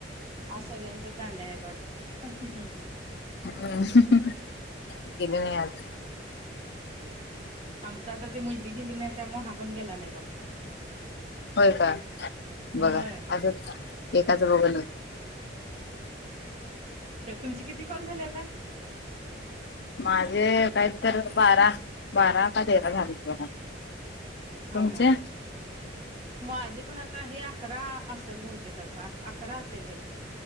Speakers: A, on the right; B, on the left.
A: आज सळ्यांचच दांड्या आहेत वाटतं
B: हम्म गेले नाही आज
A: आमचा आता ती मुलगी गेली नाही त्यामुळे हा पण गेला नाही बघा
B: होय का
A: होय.
B: बघा असच एकाचं बघून एक
A: तर तुमचे किती कॉल झाले आता
B: माझे काही तर बारा बारा का तेरा झालीत बघा
A: हा
B: तुमचे
A: हा ह माझे पण आता हे अकरा असेल बहुतेक अस अकरा असेल हे